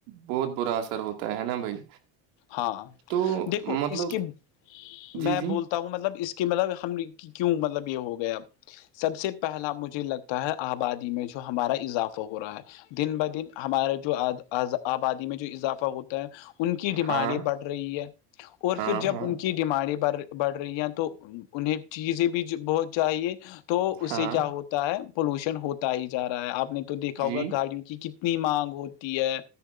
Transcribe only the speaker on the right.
بہت برا اثر ہوتا ہے نا بھائی
تو
مطلب
جی
جی
ہاں
ہاں
ہاں
ہاں
جی